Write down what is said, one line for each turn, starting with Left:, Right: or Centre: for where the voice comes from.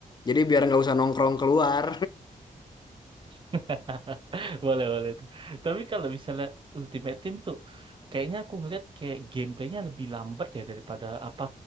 Left: Jadi biar nggak usah nongkrong keluar.
Right: <laughs> Boleh, boleh itu. Tapi kalau misalnya Ultimate Team tuh, kayaknya aku ngeliat kayak gameplaynya lebih lambat ya daripada apa